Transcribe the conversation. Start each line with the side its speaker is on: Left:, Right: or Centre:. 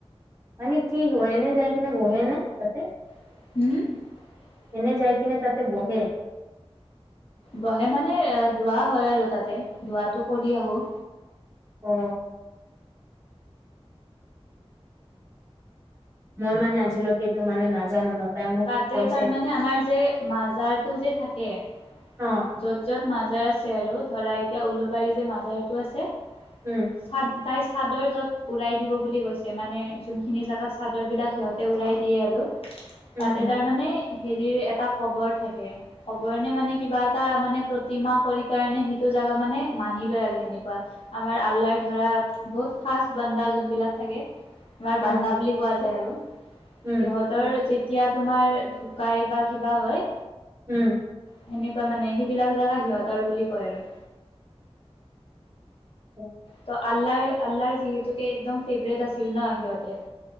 Right: মানে কি হয় এনে যাই কিনে বহে ন তাতে।
Left: <unintelligible>
Right: এনে যাই কিনে তাতে বহে।
Left: বহে মানে এ দুৱোৱা হয় আৰু তাতে দুৱটো কৰি আহো।
Right: অ। মই মানে আজিলৈকেটো মানে নাজানো ন। তাই মোক
Left: তাতে
Right: কৈছে
Left: তাৰমানানে
Right: কি
Left: আমাৰ যে মাজাৰতটো যে থাকে।
Right: অ
Left: য'ত য'ত মাজাৰ আছে আৰু ধৰা এতিয়া উলোবাৰীতে মাজাৰটো আছে।
Right: উম
Left: চাদ তাই চাদৰ য'ত উৰাই দিব বুলি কৈছে মানে যোনখিনি জেগাত চাদৰ বিলাক সিহঁতে উৰাই দিয়ে আৰু।
Right: উম,
Left: তাতে
Right: উম,
Left: তাৰ মানে হেৰিৰ এটা কবৰ থাকে, কবৰ নে মানে কিবা এটা মানে প্ৰতিমা কৰি কাৰণে সিটো জেগা মানে মানি লয় আৰু সেনেকুৱা। আমাৰ আল্লাৰ ধৰা বহুত খাজ বান্দা যোনবিলাক থাকে। আমাৰ
Right: অ',
Left: বান্দা বুলি কোৱা যায় আৰু সিহঁত।
Right: উম,
Left: সিহঁতৰ যেতিয়া তোমাৰ ঢুকাই বা কিবা হয়',
Right: উম',
Left: সেনেকুৱা মানে, সেইবিলাক জেগা সিহঁতৰ বুলি কয় আৰু',
Right: অহ',
Left: ত আল্লাহ-আল্লাহাৰ যিহেতু কে একদম ফেভৰেট আছিল ন সিহঁতে',